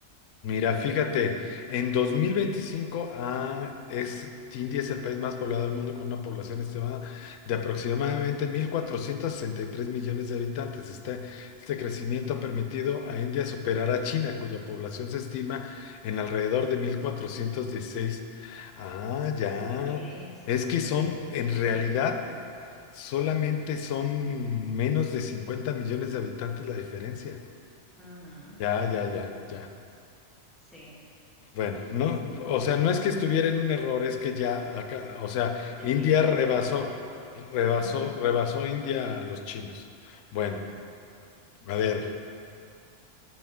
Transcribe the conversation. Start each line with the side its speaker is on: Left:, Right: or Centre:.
Left: mira,
Centre: ¿qué
Left: fíjate,
Centre: salió?
Left: en 2025 ah, es, India es el país más poblado del mundo con una población estimada de aproximadamente 1.463 millones de habitantes. Este, este crecimiento ha permitido a India superar a China, cuya población se estima en alrededor de 1.416. Ah, ya.
Centre: ¿Ves?
Left: Es que
Centre: ¿Ves?
Left: son, en realidad,
Centre: <laughs>
Left: Solamente son menos de 50 millones de habitantes la diferencia.
Centre: Ujú,
Left: Ya, ya, ya, ya.
Centre: Sí,
Left: Bueno, no, o sea, no es que estuviera en un error, es que ya acá, o sea,
Centre: es
Left: India
Centre: que ya
Left: rebasó,
Centre: se actualizó.
Left: rebasó,
Centre: <laughs>
Left: rebasó India a los chinos. Bueno,
Centre: Ajá,
Left: a ver,